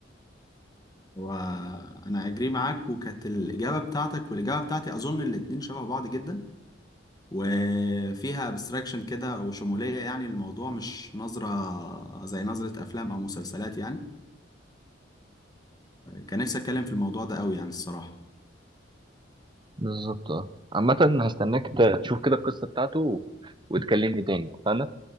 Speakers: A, on the left; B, on the right.
A: وانا اجري معاك وكانت الاجابه بتاعتك والاجابه بتاعتي اظن الاتنين شبه بعض جدا وفيها ابستراكشن كده او شموليه يعني الموضوع مش نظره زي نظره افلام او مسلسلات يعني كان نفسي اتكلم في الموضوع ده قوي يعني الصراحه
B: بالظبط اه عامة هستناك ت- تشوف كده القصة بتاعته و- وتكلمني تاني اتفقنا؟